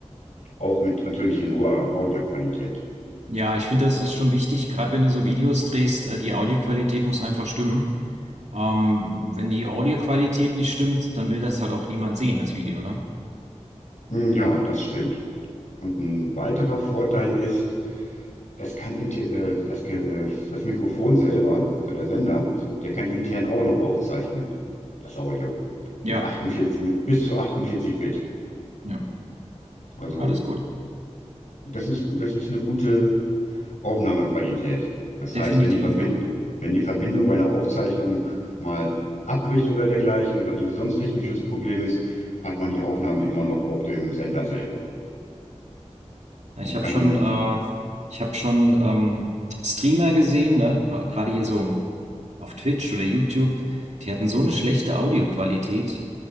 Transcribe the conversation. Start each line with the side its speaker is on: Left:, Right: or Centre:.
Left: Auch mit natürlich in hoher Audioqualität.
Right: Ja, ich finde, das ist schon wichtig, gerade wenn du so Videos drehst, äh, die Audioqualität muss einfach stimmen. Ähm, wenn die Audioqualität nicht stimmt, dann will das halt auch niemand sehen, das Video, ne?
Left: Hm, Ja, das stimmt. Und ein weiterer Vorteil ist, es kann inte- äh, das, Ge- äh, das Mikrofon selber, also der Sender, der kann intern auch noch aufzeichnen, das Audio. Mit
Right: Ja,
Left: 48, mit bis zu 48 Bit.
Right: ja,
Left: Also
Right: alles gut.
Left: das ist gut, das ist eine gute Aufnahmequalität. Das
Right: Definitiv,
Left: heißt, wenn die Verbind
Right: ja.
Left: wenn die Verbindung bei einer Aufzeichnung mal abbricht oder dergleichen oder irgendwie sonst technisches Problem ist, hat man die Aufnahme immer noch auf dem Sender selber
Right: Na,
Left: und
Right: Ich habe
Left: kann
Right: schon,
Left: dann hin.
Right: äh, ich habe schon ähm, Streamer gesehen, ne? Gra- Gerade hier so auf Twitch oder YouTube, die hatten so eine schlechte Audioqualität